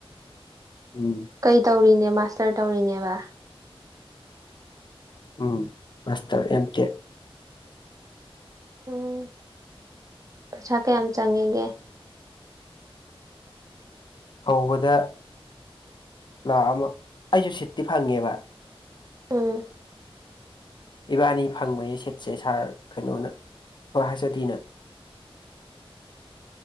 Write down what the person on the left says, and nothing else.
ꯎꯝ
ꯎꯝ ꯃꯥꯁꯇꯔ ꯑꯦꯝ ꯇꯦꯛ
ꯍꯧꯕꯗ ꯂꯥꯛ ꯑꯃ ꯑꯩꯁꯨ ꯁꯤꯠꯇꯤ ꯐꯪꯉꯦꯕ
ꯏꯕꯥꯅꯤ ꯐꯪꯕꯅꯦ ꯁꯤꯠꯁꯦ ꯁꯥꯔ ꯀꯩꯅꯣꯅ ꯍꯌꯁ ꯑꯣ ꯗꯤꯅ